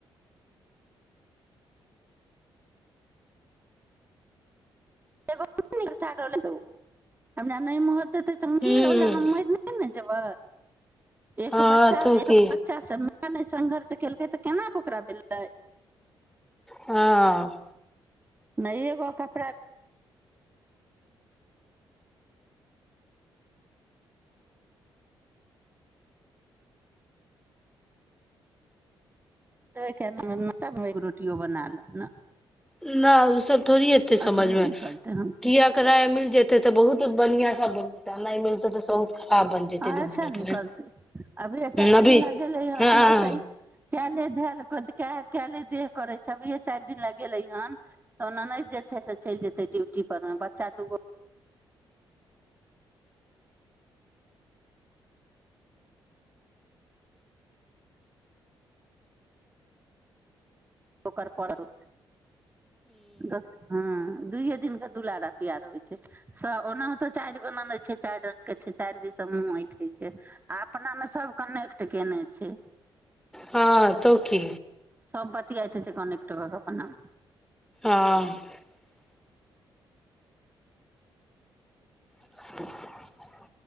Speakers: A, on the right; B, in the centre.
A: <unintelligible> हमरा नहि मह देतै तऽ
B: हूँ
A: कि ओहि लेल मरिनै ने जेबै एक
B: हँ
A: बच्चा
B: तो
A: एक
B: की
A: बच्चा से मन संघर्ष केलकै तऽ केना कऽ ओकरा भेलै
B: हँ
A: नहि एगो कपड़ा दै के नाम <unintelligible> तबो रोटियो बना लू ने
B: नहि उ सब थोड़ी एतै समझमे
A: अपने निकलतै हम की
B: कियै कराय मिल जेतै तऽ बहुत बढ़िआँ सब <unintelligible> नहि मिलतै तऽ खराब बन जेतै
A: अच्छा
B: दू मिनट
A: निकलते
B: मे
A: अभी चार
B: अभी
A: दिन लए गेलै हन
B: हँ हँ
A: ओतै काल्हि धए ल कए काल्हि देह करै छै अभिए चारि दिन लए गेलै हन तऽ ओना नहि जे छै से चलि जेतै ड्यूटीपरमे बच्चा दू गो ओकर पड़ौ दस हँ दूइए दिनकऽ दुलार आ प्यार होइ छै सब ओनाहुतो चारि ओकरो ननैद छै चारि रंग के छै चारि दिससँ मुँह ऐठे छै आ अपना मे सब कनेक्ट केने छै
B: हँ तऽ कि
A: सभ बतियात हेतै कनेक्ट कऽ के अपना मे
B: हँ <inaudible>